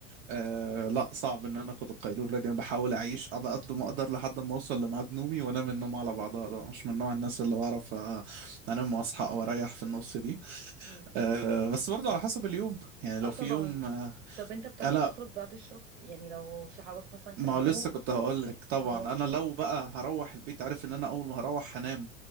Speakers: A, on the right; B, on the right.
A: أه لا صعب ان انا اخد القيلوله دي انا بحاول اعيش على قد ما اقدر لحد ما اوصل لميعاد نومي وانام النوم على بعضها ده مش من نوع الناس اللي بعرف آه، انام واصحى او اريح في النص دي
B: مم.
A: أه بس برضه على حسب اليوم يعني لو
B: اه
A: في
B: طبعا
A: يوم أه
B: طب انت بتعرف
A: آه، لا
B: تخرج بعد الشغل يعني لو صحابك مثلا كلموك
A: ما هو لسه كنت هقول لك طبعا
B: اه
A: انا لو بقى هروح البيت عارف ان انا اول ما هروح هنام